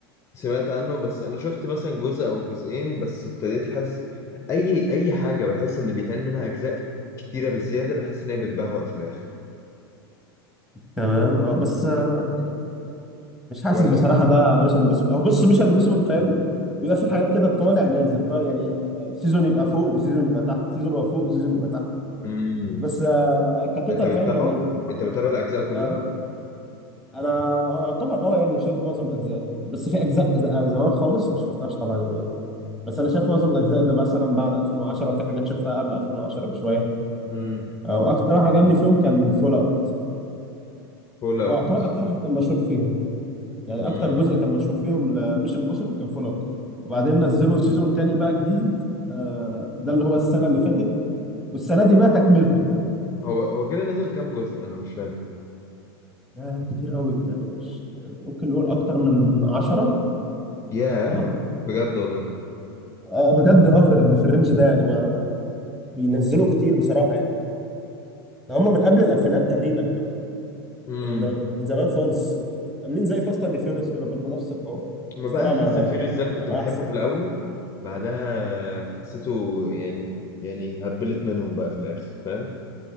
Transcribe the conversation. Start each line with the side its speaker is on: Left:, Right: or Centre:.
Left: سمعت عنه بس انا شفت مثلا جزء او جزئين بس ابتديت حاسس اي اي حاجه بحس ان بيتعمل منها اجزاء كتيره بزياده بحس ان هي بتبهوأ في الاخر
Centre: تمام اه بس آه، مش حاسس
Left: ولا
Centre: بصراحه ده على مش الموسم هو بص مش الموسم فاهم بيبقى في حاجات كده طالع نازل طالع يعني سيزون يبقى فوق وسيزون يبقى تحت سيزون يبقى فوق وسيزون يبقى تحت
Left: امم
Centre: بس آه كتوتال
Left: انت بتتابعه
Centre: فاهم يعني
Left: انت بتتابع الاجزاء كلها
Centre: آه انا آه، يعتبر اه يعني شايف معظم الاجزاء بس في اجزاء ز- زمان خالص ما شفتهاش طبعا يعني بس انا شايف معظم الاجزاء اللي مثلا بعد 2010 وفي حاجات شفتها قبل 2010 بشويه
Left: امم
Centre: آه، واكتر واحد عجبني فيهم كان فول اوت
Left: فول اوت
Centre: هو يعتبر اكتر واحد كان مشهور فيهم يعني
Left: امم
Centre: اكتر جزء كان مشهور فيهم مش امبوسيبل كان فول اوت وبعدين نزلوا سيزون تاني بقى جديد آه، ده اللي هو السنه اللي فاتت والسنه دي بقى تكملته
Left: هو هو كده نزل كام جزء انا مش فاهم
Centre: ده كتير قوي يعني مش يعني ممكن نقول اكتر من عشرة
Left: ياه
Centre: اه
Left: بجد والله
Centre: آه، بجد اه في ال- في الرينج ده يعني ما بينزلوا كتير بصراحه يعني ده هم من قبل الالفينات تقريبا يعني
Left: امم
Centre: يعني ده من زمان خالص عاملين زي فاست اند فيوريوس كده برضه نفس الحوار
Left: ما
Centre: بس
Left: بقى
Centre: طبعا
Left: فاست
Centre: على
Left: اند فيوريوس ده انا كنت
Centre: على
Left: بحبه
Centre: احسن
Left: في الاول بعدها حسيته يعني يعني هبلت منهم بقى في الاخر فاهم